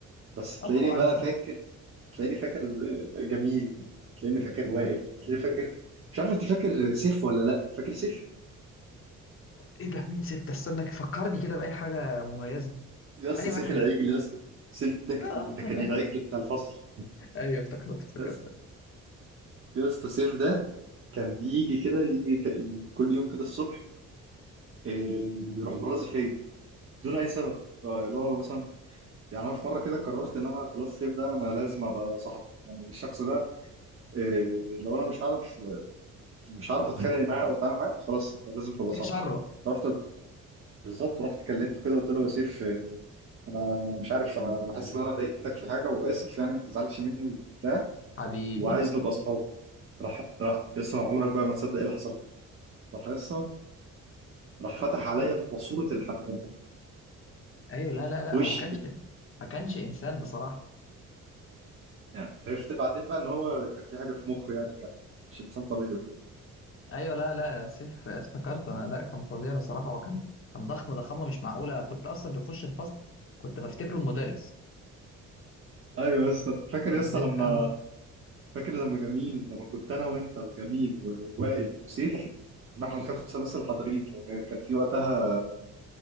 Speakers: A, on the right; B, on the left.
A: بس تلاقيني
B: اه طبعا
A: بقى فاكر تلاقيني فاكر جميل تلاقيني فاكر وائل تلاقيني فاكر مش عارف أنت فاكر سيف ولا لأ فاكر سيف؟
B: <laughs> ايه ده مين سيف ده؟ استنى فكرني كده باي حاجه مميزه
A: يا اسطى
B: انهي
A: سيف
B: واحد
A: العجل يا اسطى سيف ده ك-
B: آه.
A: ده
B: <laughs>
A: كان العجل بتاع الفصل
B: ايوه افتكرت افتكرت
A: يا اسطى يا اسطى سيف ده كان بيجي كده يجي ك- كل يوم كده الصبح إيه، يروح مرازي فيا بدون أي سبب آه، اللي هو مثلا يعني انا في مره كده قررت ان انا خلاص الصيف ده انا لازم ابقى صاحبه يعني الشخص ده إيه لو انا مش عارف مش عارف اتخانق معاه او اتعامل معاه خلاص انت لازم تبقى صاحبه
B: شره
A: رحت بالظبط رحت كلمته كده قلت له يا سيف إيه، انا مش عارف انا حاسس ان انا ضايقتك في حاجه واسف يعني ما تزعلش مني وبتاع
B: حبيبي
A: وعايز نبقى اصحاب راح راح لسه عمرك بقى ما تصدق ايه اللي حصل راح لسه راح فتح عليا ماسوره الحمام
B: ايوه لا لا
A: في
B: لا
A: وشي
B: هو ما كانش
A: كده
B: ما كانش انسان بصراحه
A: يعني عرفت بعدين بقى ان هو كان في حاجه في مخه يعني كان مش انسان طبيعي
B: ايوه لا لا سيف افتكرت انا لا كان فظيع بصراحه هو كان كان ضخم ضخامه مش معقوله كنت اصلا بيخش الفصل كنت بفتكره المدرس
A: ايوه يا اسطى فاكر
B: لا
A: يا اسطى لما
B: لا، اه
A: فاكر لما جميل لما كنت انا وانت وجميل ووائل وسيف إن احنا الخمسه بس الحاضرين لان كان في وقتها